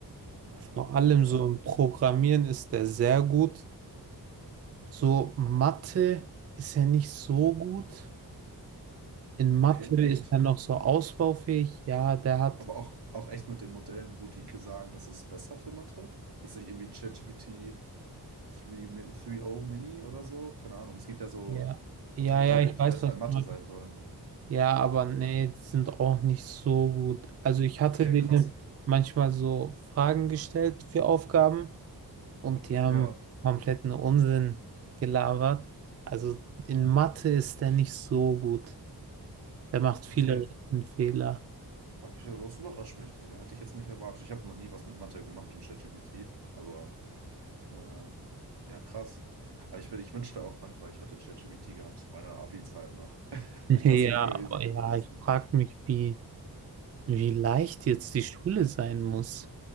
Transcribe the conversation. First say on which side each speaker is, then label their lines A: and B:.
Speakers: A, on the right; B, on the right.
A: ähm,
B: vor allem
A: ja.
B: so im Programmieren ist er sehr gut. So Mathe ist er nicht so gut. In Mathe
A: Okay, echt?
B: ist er noch so ausbaufähig. Ja, der hat
A: Aber auch, auch echt mit den Modellen, wo die sagen, das ist besser für Mathe? Ist nicht irgendwie ChatGPT 3, Mi- 3.0 Mini oder so? Keine Ahnung. Es gibt ja so
B: Ja. Ja,
A: Modelle,
B: ja, ich
A: die
B: weiß,
A: besser
B: was
A: in
B: du
A: Mathe
B: meinst.
A: sein sollen.
B: Ja, aber nee, die sind auch nicht so gut. Also ich hatte
A: Okay,
B: denen
A: krass.
B: manchmal so Fragen gestellt für Aufgaben und die haben
A: Ja,
B: kompletten Unsinn gelabert. Also in Mathe ist der nicht so gut. Der macht viele
A: okay.
B: Fehler.
A: Habe ich, das überrascht mich, Digga. Hätte ich jetzt nicht erwartet. Ich habe noch nie was mit Mathe gemacht und ChatGPT, aber äh, ja, krass. Aber ich, bin- ich wünschte auch manchmal, ich hätte ChatGPT gehabt zu meiner Abi-Zeit noch. <laughs>
B: <laughs> Ja,
A: Das wäre crazy
B: aber
A: gewesen.
B: ja, ich frage mich, wie, wie leicht jetzt die Schule sein muss.